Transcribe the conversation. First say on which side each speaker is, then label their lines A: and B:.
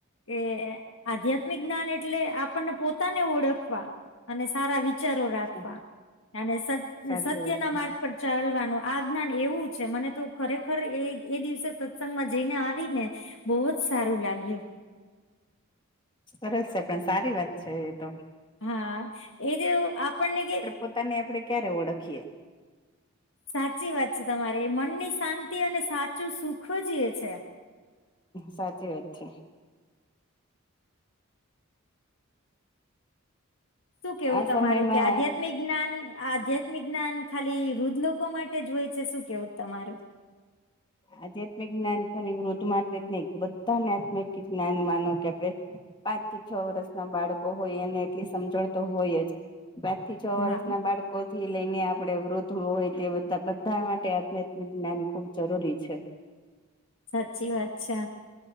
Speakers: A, on the left; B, on the left.
A: કે આધ્યાત્મિક જ્ઞાન એટલે આપણને પોતાને ઓળખવા અને સારા વિચારો રાખવા
B: છે
A: અનેત
B: સાચી
A: સત્યના
B: વાત છે
A: મા ચાલવાનું આ જ્ઞાન એવું છે મને તો ખરેખર એ એ દિવસે સત્સંગમાં જઈને આવી ને બહુ જ સારું લાગ્યું
B: સરસ છે પણ સારી વાત છે એ તો
A: હા એ આપણને કે
B: પોતાને આપડણે ક્યારે ઓળખીએ
A: સાચી વાત છે તમારે મનની શાંતિ અને સાચું સુખ જ એ છે.
B: સાચી વાત છે.
A: શું કેવું
B: આ
A: તમારું
B: સમયમાં
A: કે આધ્યાત્મિક જ્ઞાન આ આધ્યાત્મિક જ્ઞાન ખાલી વૃદ્ધ લોકો માટે જ હોય છે શું કેવું તમારું <inaudible>
B: આધ્યાત્મિક જ્ઞાન ખાલી વૃદ્ધ માટે જ નહી બધાને આત્મિક જ્ઞાન માનો કે આપણે પાંચથી છ વર્ષ ના બાળકો હોય એને એટલી સમજણ તો હોય જ પાંચ થી છ વર્ષ
A: હા
B: ના બાળક થી લઈને આપણે વૃદ્ધ હોય તે બધા માટે આધ્યાત્મિક જ્ઞાન ખુબ જરૂરી છે
A: સાચી વાત છે